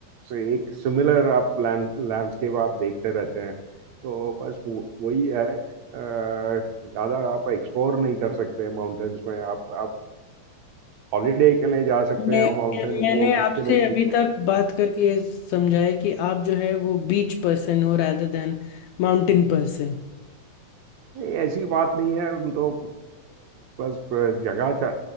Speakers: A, on the right (about 70°); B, on the left (about 80°).
A: So, एक सिमिलर आप लैंड लैंडस्केप आप देखते रहते हैं तो बस वो- वही है ज़्यादा आप एक्सप्लोर नहीं कर सकते हैं माउंटेन्स में आप आप हॉलीडे के लिए जा सकते
B: मैं
A: हैं वो माउंटेन
B: मैंने
A: वो
B: आपसे
A: उसके लिए
B: अभी
A: ठीक
B: तक बात करके ये समझा है कि आप जो है वो बीच पर्सन हो रादर देन माउंटेन पर्सन
A: नहीं ऐसी बात नहीं है हम तो बस जगह